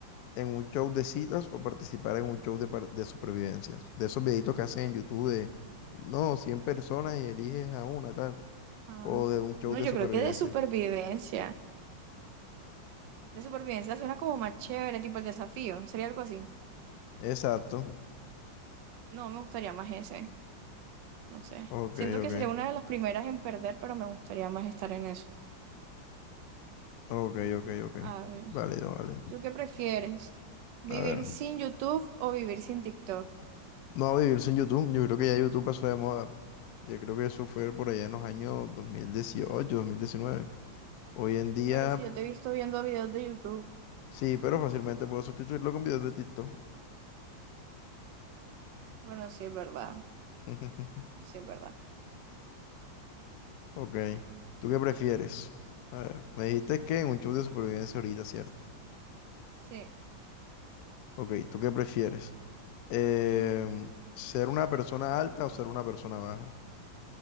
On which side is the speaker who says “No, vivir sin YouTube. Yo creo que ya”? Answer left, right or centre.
Left